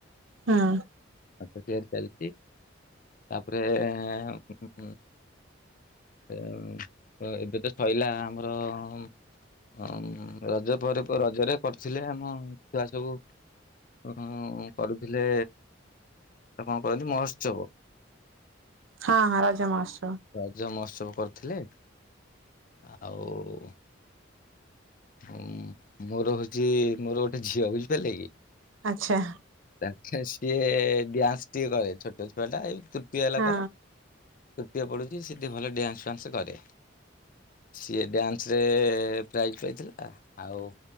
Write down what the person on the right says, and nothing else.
ହଁ।
ହଁ ହଁ ରଜ ମହୋତ୍ସବ
ଆଚ୍ଛା
ହଁ